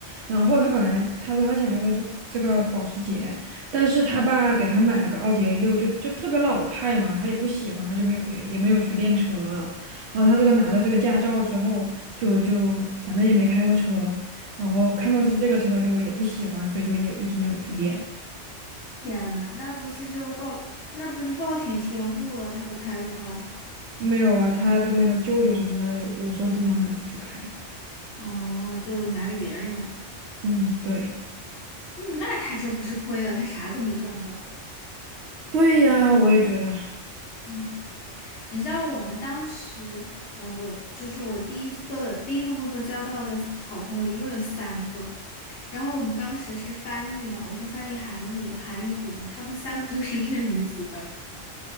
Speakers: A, on the right (about 70°); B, on the left (about 70°).
A: 然后他本来他说他想要的是这个保时捷，但是他爸给他买了个奥迪 a 六，就就特别老派嘛，他也不喜欢，他就没有也没有去练车了。然后他这个拿到这个驾照之后，就就反正也没开过车，然后看到是这个车就也不喜欢，所以就也一直没有去练。
B: 天呐，那不是就暴，那不是暴殄天物了？他不开的话，
A: 没有啊，他的那个舅舅什么的，有有时候经常拿出去开。
B: 哦，就拿给别人用了。
A: 嗯，对。
B: 嗯，那他这不是亏了？他啥都没赚到。
A: 对呀，我也觉得。
B: 嗯。你知道我们当时，呃，我就是我第一个第一份工作交到的好朋友，一共有三个。然后我们当时是翻译嘛，我是翻译韩语的，韩语组的，他们三个都是日语组的。